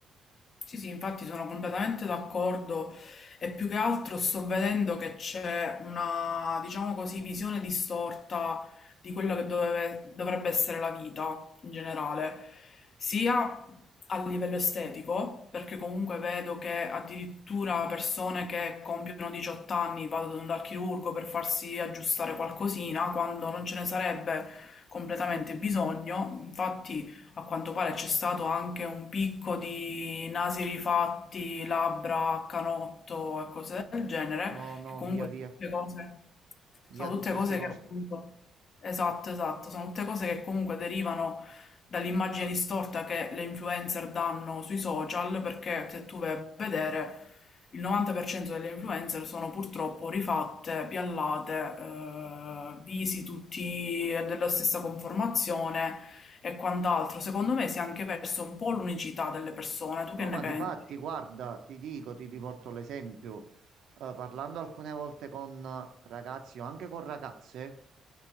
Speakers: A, on the left (about 50°); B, on the right (about 75°).
A: Sì, sì, infatti sono completamente d'accordo e più che altro sto vedendo che c'è una, diciamo così, visione distorta di quello che doveve- dovrebbe essere la vita in generale, sia a livello estetico, perché comunque vedo che addirittura persone che compiono 18 anni vanno dal chirurgo per farsi aggiustare qualcosina quando non ce ne sarebbe completamente bisogno. Infatti A quanto pare c'è stato anche un picco di nasi rifatti, labbra a canotto e cose del genere,
B: No, no,
A: che comunque
B: via, via,
A: tutte cose...
B: via
A: Sono
B: tutte
A: tutte cose
B: queste cose.
A: che appunto... Esatto, esatto, sono tutte cose che comunque derivano dall'immagine distorta che le influencer danno sui social, perché se tu vai a vedere il 90% delle influencer sono purtroppo rifatte, piallate, eh, visi tutti della stessa conformazione e quant'altro. Secondo me si è anche perso un po' l'unicità delle persone, tu
B: No,
A: che ne
B: ma
A: pensi?
B: di fatti, guarda, ti dico, ti riporto l'esempio. Eh, parlando alcune volte con eh, ragazzi o anche con ragazze,